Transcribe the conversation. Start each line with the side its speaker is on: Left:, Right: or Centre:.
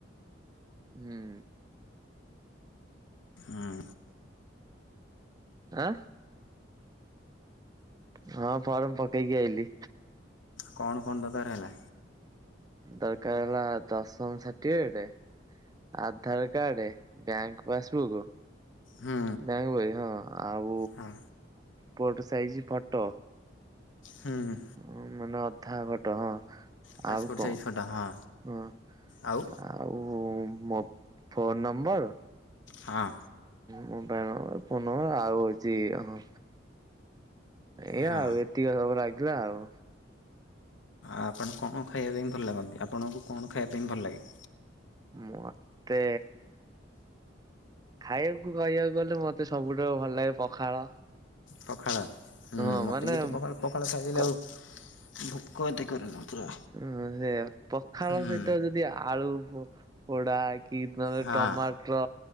Right: ହୁଁ।
Left: ହୁଁ।
Right: ଆଁ! ହଁ ଫର୍ମ ପକେଇକି ଆଇଲି।
Left: କଣ କଣ ଦରକାର ହେଲା
Right: ଦରକାର ହେଲା ଦଶନ certificate Aadhaar card bank pass book
Left: ହୁଁ
Right: ବ୍ୟାଙ୍ଗ ବଇ ହଁ ଆଉ
Left: ହଁ।
Right: Port size photo.
Left: ହୁଁ।
Right: ହ ମାନେ ଅଧା ଘଟ ହଁ।
Left: ପାସପୋର୍ଟ
Right: ଆଉ କଣ
Left: ସାଇଜ୍ ଫଟୋ ହଁ
Right: ହଁ
Left: ଆଉ
Right: ଆଉ ମୋ ଫୋନ ନମ୍ବର
Left: ହଁ।
Right: ମୋବାଇଲ ଫୋନ ନମ୍ବର ଆଉ ଏଛି ହଁ। ଏଇ
Left: ହଁ
Right: ଆଉ ଏତିକି ସବୁ ଲାଗିଲା ଆଉ
Left: ଆପଣ କଣ ଖାଇବା ପାଇଁ ଭଲ ଲାଗନ୍ତି ଆପଣଙ୍କୁ କଣ ଖାଇବା ପାଇଁ ଭଲ ଲାଗେ?
Right: ମତେ ଖାଇବାକୁ କହିବାକୁ ଗଲେ ମତେ ସବୁଠୁ ଭଲ ଲାଗେ ପଖାଳ।
Left: ପଖାଳ ହୁ
Right: ହଁ
Left: ମୋତେ
Right: ମାନେ
Left: ବି ତ ପଖାଳ ପଖାଳ ଖାଇଦେଲେ
Right: କ
Left: ଆଉ ଭୋକ ଏତେ କରେନା। ପୁରା
Right: ହ ସେ ପଖାଳ
Left: ହୁଁ
Right: ସହିତ ଯଦି ଆଳୁ ପୋ -ପୋଡା କି ନହେଲେ
Left: ହଁ
Right: ଟମାଟ